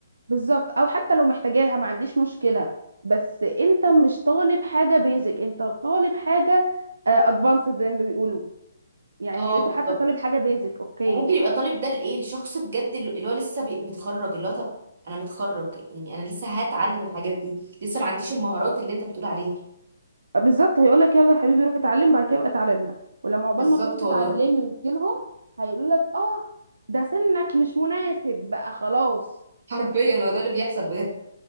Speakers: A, on the right; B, on the right.
A: بالظبط او حتى لو محتاجاها ما عنديش مشكله بس انت مش طالب حاجه بيزك انت طالب حاجه ادفانسد زي ما بيقولوا يعني
B: اه
A: يا ريته
B: بالظبط
A: حتى طالب حاجه بيزك اوكي
B: وممكن يبقى طالب ده لايه الشخص بجد اللي هو لسه بي- متخرج اللي هو طب انا متخرج يعني انا لسه هتعلم الحاجات دي لسه ما عنديش المهارات اللي انت بتقول عليها
A: آه، بالظبط هيقولك يلا يا حبيبي روح اتعلم بعد كده ابقى اتعلمنا ولما عقبال
B: بالظبط
A: ما تروحي تتعلمي
B: والله
A: وتجيلهم هيقولولك اه ده سنك مش مناسب بقى خلاص
B: حرفيا هو ده اللي بيحصل بجد